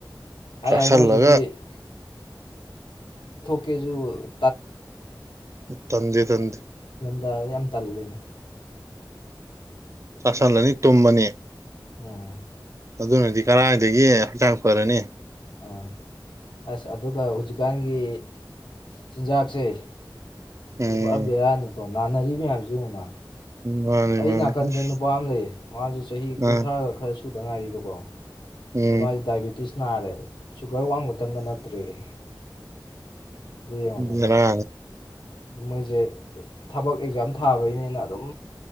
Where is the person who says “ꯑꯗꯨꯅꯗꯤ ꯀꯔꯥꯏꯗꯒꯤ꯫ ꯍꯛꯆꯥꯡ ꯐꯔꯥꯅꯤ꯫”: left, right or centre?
Right